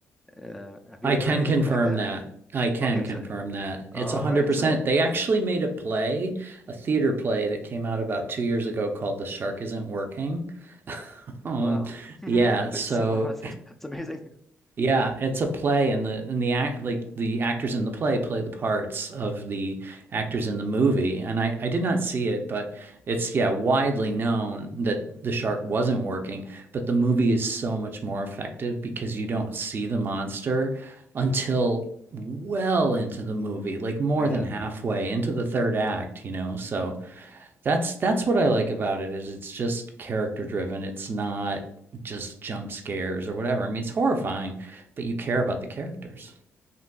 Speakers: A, in the centre; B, on the right (about 45°).
A: Uh, have
B: I
A: you ever
B: can
A: heard anything
B: confirm
A: like that?
B: that. I can
A: Okay,
B: confirm
A: so
B: that. It's
A: all
B: 100%.
A: right, so.
B: They actually made a play, a theater play that came out about two years ago called The Shark Isn't Working. <laughs> Um,
A: Wow. <laughs>
B: yeah,
A: But
B: so
A: so- wow, that's, that's amazing.
B: yeah, it's a play, and the and the act like the actors in the play play the parts of the actors in the movie. And I I did not see it, but it's yeah widely known that the shark wasn't working. But the movie is so much more effective because you don't see the monster until well into the movie, like more
A: Yeah.
B: than halfway into the third act, you know. So that's that's what I like about it is it's just character driven. It's not just jump scares or whatever. I mean, it's horrifying, but you care about the characters.